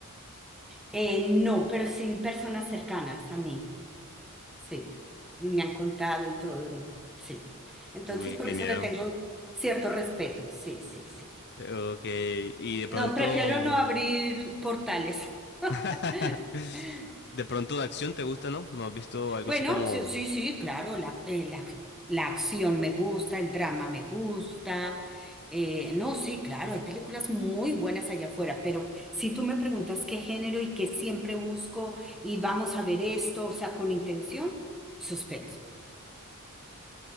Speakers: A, in the centre; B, on the left.
A: Eh, no, pero sí personas cercanas a mí, sí. Y me han contado y todo, no, sí. Entonces,
B: Uy,
A: por
B: qué
A: eso
B: miedo.
A: le tengo cierto respeto, sí, sí, sí.
B: Ok, y de pronto,
A: No, prefiero no abrir portales. <laughs>
B: <laughs> de pronto de acción te gusta, ¿no? ¿No has visto algo
A: Bueno,
B: así como
A: sí, sí, sí, claro, la, eh, la, la acción me gusta, el drama me gusta. eh, no, sí, claro, hay películas muy buenas allá afuera, pero si tú me preguntas qué género y que siempre busco y vamos a ver esto, o sea, con intención, suspenso,